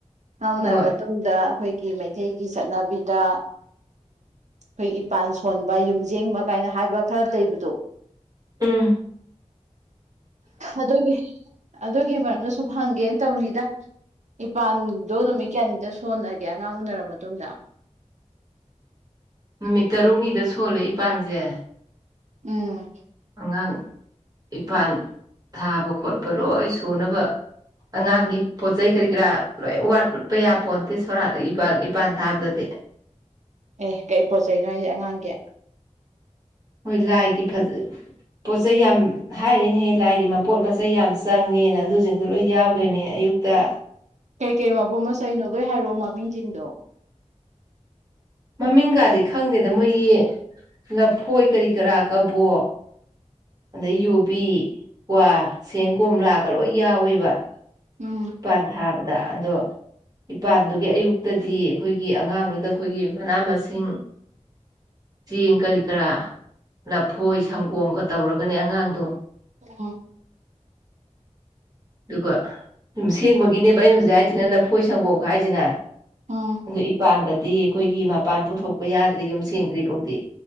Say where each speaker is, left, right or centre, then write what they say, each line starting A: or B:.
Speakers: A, on the right; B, on the right.
A: ꯑꯉꯥꯡ ꯎꯅꯔꯕ
B: ꯍꯣꯏ
A: ꯃꯇꯨꯡꯗ ꯑꯩꯈꯣꯏ ꯀꯤ ꯃꯩꯇꯩꯒꯤ ꯆꯠꯅꯕꯤꯗ ꯑꯩꯈꯣꯏ ꯏꯄꯥꯟ ꯁꯣꯟꯕ ꯌꯨꯝꯖꯡꯕ ꯀꯥꯏꯅ ꯍꯥꯏꯕ ꯈꯔ ꯂꯩꯕꯗꯣ
B: ꯎꯝ
A: ꯑꯗꯨꯒꯤ ꯑꯗꯨꯒꯤ ꯃꯔꯝꯗ ꯁꯨꯝ ꯍꯪꯒꯦꯅ ꯇꯧꯅꯤꯗ ꯏꯄꯥꯟꯗꯣ ꯅꯨꯃꯤꯠ ꯀꯌꯥꯅꯤꯛꯇ ꯁꯣꯟꯅꯛꯑꯒꯦ ꯑꯉꯥꯡ ꯎꯅꯔꯕ ꯃꯇꯨꯡꯗ
B: ꯅꯨꯃꯤꯠ ꯇꯔꯨꯛꯅꯤꯗ ꯁꯣꯜꯂꯦ ꯏꯄꯥꯟꯁꯦ
A: ꯎꯝ
B: ꯑꯉꯥꯡ ꯏꯄꯥꯟ ꯊꯥꯕ ꯈꯣꯠꯄ ꯂꯣꯏ ꯁꯨꯅꯕ ꯑꯉꯥꯡꯒꯤ ꯄꯣꯠ ꯆꯩ ꯀꯔꯤ ꯀꯔꯥ ꯂꯣꯏ ꯋꯥꯠꯄꯠꯄ ꯌꯥꯄꯣꯟꯠꯇꯦ ꯁꯣꯔꯥꯠ ꯏꯄꯥꯟ ꯊꯥꯕꯗꯗꯤ
A: ꯑꯦ ꯀꯩ ꯄꯣꯠ ꯆꯩꯅꯣ ꯑꯩꯁꯦ ꯑꯉꯥꯡꯒꯤ
B: ꯍꯣꯏ ꯂꯥꯏꯒꯤ ꯐꯖ ꯄꯣꯠꯆꯩ ꯌꯥꯝ ꯍꯥꯏꯔꯤꯅꯦꯍꯦ ꯂꯥꯏꯒꯤ ꯃꯄꯣꯠ ꯃꯆꯩ ꯌꯥꯝ ꯆꯪꯉꯦꯅ ꯑꯗꯨꯁꯤꯡ ꯑꯗꯨ ꯂꯣꯏ ꯌꯥꯎꯗꯣꯏꯅꯦ ꯑꯌꯨꯛꯇ
A: ꯀꯩꯀꯩ ꯃꯕꯨꯝ ꯑꯃ ꯆꯩꯅꯣ ꯂꯣꯏ ꯍꯥꯏꯔꯛꯑꯣ ꯃꯃꯤꯡꯁꯤꯡꯗꯣ
B: ꯃꯃꯤꯡ ꯀꯥꯗꯤ ꯈꯪꯗꯦꯗ ꯃꯣꯏꯒꯤ ꯂꯐꯣꯏ ꯀꯔꯤ ꯀꯔꯥ ꯀꯕꯣ ꯑꯗꯩ ꯌꯨꯕꯤ ꯀ꯭ꯋꯥ ꯁꯦꯡ ꯀꯣꯝ ꯂꯥꯛꯀ ꯂꯣꯏ ꯌꯥꯎꯋꯦꯕ
A: ꯎꯝ
B: ꯏꯄꯥꯟ ꯊꯥꯕꯗ ꯑꯗꯣ ꯏꯄꯥꯟꯗꯨꯒꯤ ꯑꯌꯨꯛꯇꯗꯤ ꯑꯩꯈꯣꯏꯒꯤ ꯑꯉꯥꯡꯗꯨꯗ ꯑꯩꯈꯣꯏꯒꯤ ꯃꯅꯥ ꯃꯁꯤꯡ ꯆꯦꯡ ꯀꯔꯤ ꯀꯔꯥ ꯂꯐꯣꯏ ꯁꯪꯒꯣꯝꯒ ꯇꯧꯔꯒꯅꯦ ꯑꯉꯥꯡꯗꯣ
A: ꯎ
B: ꯑꯗꯨꯒ ꯌꯨꯝꯁꯦꯡꯕꯒꯤꯅꯦꯕ ꯑꯩꯅ ꯍꯧꯖꯤꯛ ꯍꯥꯏꯁꯤꯅ ꯂꯐꯣꯏ ꯁꯪꯒꯣꯝꯒ ꯍꯥꯏꯁꯤꯅ
A: ꯎꯝ
B: ꯑꯗꯨ ꯏꯄꯥꯟꯗꯗꯤ ꯑꯩꯈꯣꯏꯒꯤ ꯃꯄꯥꯟ ꯄꯨꯊꯣꯛꯄ ꯌꯥꯗ꯭ꯔꯦ ꯌꯨꯝ ꯁꯦꯡꯗ꯭ꯔꯤ ꯐꯥꯎꯗꯤ